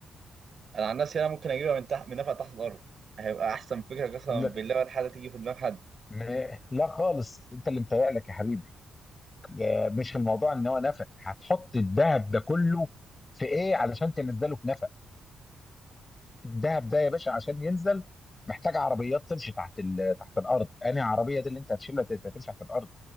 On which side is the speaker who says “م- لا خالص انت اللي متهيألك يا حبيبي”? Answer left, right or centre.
Left